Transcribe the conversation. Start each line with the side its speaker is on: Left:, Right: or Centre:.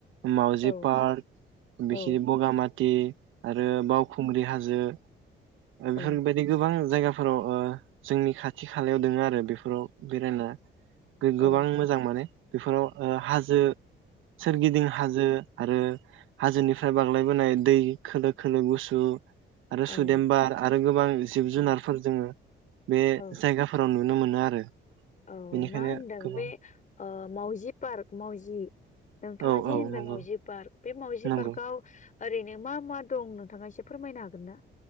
Right: माउजि
Left: औ
Right: पार्क
Left: औ
Right: बिखि
Left: औ
Right: बगामाथ दि आरो बावखुंग्रि हाजो बेफोरबायदि
Left: औ
Right: गोबां जायगाफोराव ओ जोंनि खाथि खालायाव दोङो आरो बेफोराव बेरायना
Left: औ
Right: गोबां मोजां माने बेफोराव हाजो सोरगिदिं हाजो आरो हाजोनिफ्राय बाग्लायबोनाय दै खोलो खोलो गुसु आरो
Left: औ
Right: सुद देमबार आरो गोबां जिब
Left: औ
Right: जुनारफोर दोङो बे
Left: औ
Right: जायगाफोराव नुनो मोन नो आरो
Left: औ
Right: बेनिखायनो
Left: मा होनदों
Right: गोबां
Left: बे ओ माउजि पार्क माउजि नोंथाङा
Right: औ
Left: जे
Right: औ
Left: होनबाय
Right: नंगौ
Left: मावजि पार्क बे मावउजि
Right: नंगौ
Left: पार्कआव ओरैनो मा मा दं नोंथाङा एसे फोरमायनो हागोन ना??